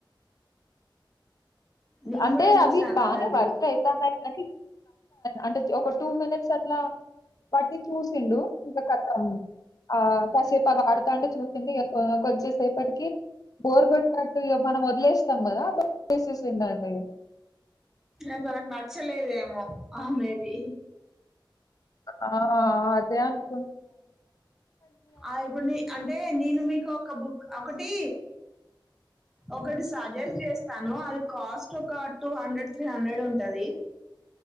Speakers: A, in the centre; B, on the left.
A: నేను
B: అంటే
A: కూడా చూసాను
B: అవి బానే
A: అలాంటివి
B: వర్క్ అయితాన్నాయినీ అంటే ఒక టూ మినిట్ అట్లా వాటిని చూసిండు ఇంకా ఖతం ఆ కాసేపు ఆ వాడతాంటే చూసింది ఇ కొంచంసేపటికి బోర్ కొట్టినట్టు మనం వదిలేస్తాం కదా అ వదిలేసింది అండి
A: అ తనకు నచ్చలేదేమో ఆమెది
B: ఆ అదే అణు
A: ఆ ఇప్పుడు అంటే నేను మీకు ఒక బుక్ ఒకటి ఒకటి సజెస్ట్ చేస్తాను అది కాస్ట్ ఒక టూ హండ్రెడ్ త్రీ హండ్రెడ్ ఉంటది